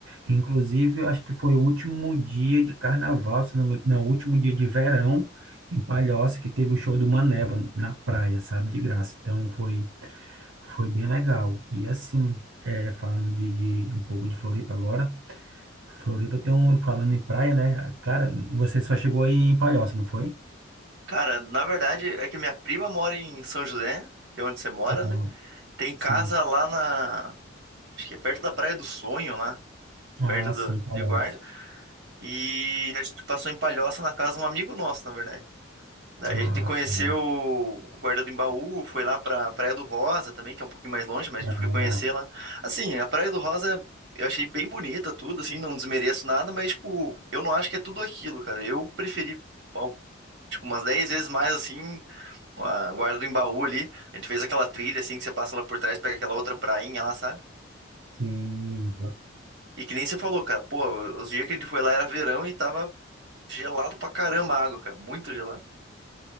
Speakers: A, on the right (about 80°); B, on the right (about 60°).
A: Inclusive, eu acho que foi o último dia de carnaval, se não me engano, não, o último dia de verão em Palhoça, que teve o show do Maneva na praia, sabe? De graça. Então, foi, foi bem legal. E, assim, é, falando de, de um pouco de Floripa agora. Floripa tem um, falando em praia, né? Cara, você só chegou aí em Palhoça, não foi?
B: Cara, na verdade é que minha prima mora em São José, que é onde você mora,
A: Ah,
B: né? Tem casa
A: sim.
B: lá na acho que é perto da Praia do Sonho, lá,
A: Ah,
B: perto do,
A: sim, Palhoça.
B: de Guarda. E a gente passou em Palhoça na casa de um amigo nosso, na verdade. Daí
A: Ah,
B: a gente conheceu
A: tá.
B: o Guarda do Embaú, foi lá pra Praia do Rosa também, que é um pouquinho mais longe, mas a gente
A: Ah,
B: foi conhecer lá. Assim, a Praia do Rosa eu achei bem bonita tudo, assim, não desmereço nada, mas, tipo, eu não acho que é tudo aquilo, cara. Eu preferi, ao- tipo, umas 10 vezes mais, assim, a Guarda do Embaú ali. A gente fez aquela trilha, assim, que você passa lá por trás, pega aquela outra prainha lá, sabe?
A: sim.
B: E que nem você falou, cara, pô, os dias que a gente foi lá era verão e tava gelado pra caramba a água, cara, muito gelado.